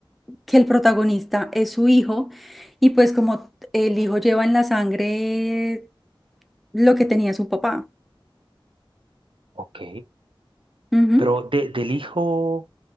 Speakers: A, in the centre; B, on the right.
A: que el protagonista es su hijo y pues como el hijo lleva en la sangre lo que tenía su papá.
B: Ok.
A: Ujú.
B: Pero de- del hijo.